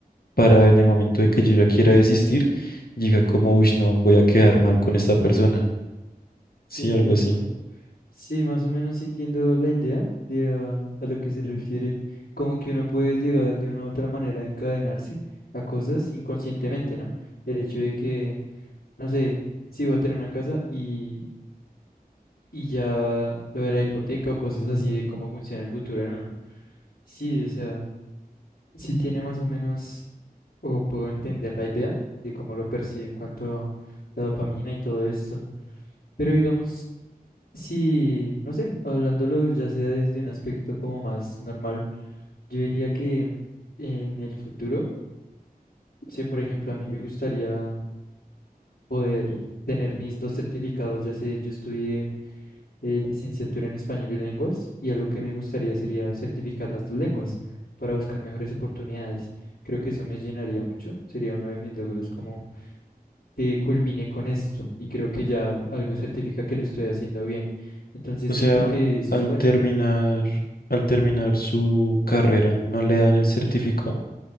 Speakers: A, on the left; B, on the left.
A: para en el momento de que yo ya quiera desistir, diga como, uy, no, voy a quedar mal con esta persona. Sí,
B: sí entiendo.
A: algo así.
B: Sí, más o menos sí entiendo la idea de a, a lo que se refiere, como que uno puede llegar de una u otra manera a encadenarse a cosas inconscientemente, ¿no? El hecho de que, no sé, si voy a tener una casa y, y ya lo de la hipoteca o cosas así de cómo funciona el futuro en uno. Sí, o sea, sí tiene más o menos o puedo entender la idea de cómo lo percibe en cuanto a la dopamina y todo esto. Pero digamos, si, no sé, hablándolo ya sea desde un aspecto como más normal, yo diría que en el futuro, no sé, por ejemplo, a mí me gustaría poder tener mis dos certificados, ya sé, yo estudié eh, licenciatura en español y lenguas, y algo que me gustaría sería certificar las dos lenguas para buscar mejores oportunidades. Creo que eso me llenaría mucho, sería uno de mis logros como que culmine con esto y creo que ya algo certifica que lo estoy haciendo bien. Entonces
A: O
B: siento
A: sea,
B: que eso
A: al
B: es bueno.
A: terminar, al terminar su carrera, no le dan el certificado.